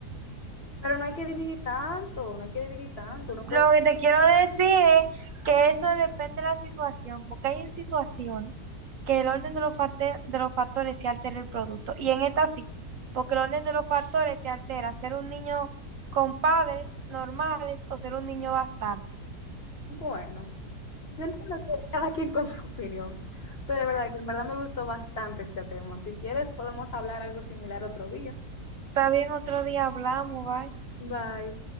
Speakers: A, on the left; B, on the right.
A: Pero no hay que dividir tanto, no hay que dividir tanto. Uno puede...
B: Lo que te quiero decir es que eso depende de la situación, porque hay en situaciones que el orden de los, facte- de los factores se altera el producto. Y en esta sí, porque el orden de los factores te altera ser un niño con padres normales o ser un niño bastardo.
A: Bueno. Yo entiendo que cada quien con su opinión, pero es verdad que en verdad me gustó bastante este tema. Si quieres, podemos hablar algo similar otro día.
B: Está bien, otro día hablamos, bye.
A: Bye.